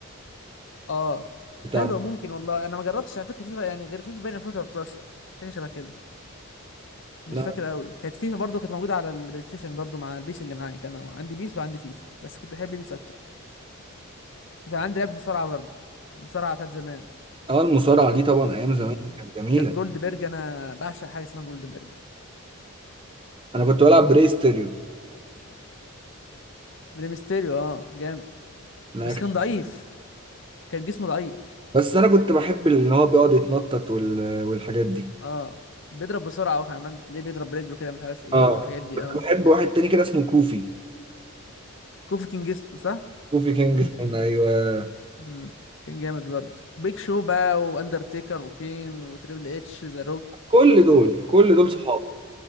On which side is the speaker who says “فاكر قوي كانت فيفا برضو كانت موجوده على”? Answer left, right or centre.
Left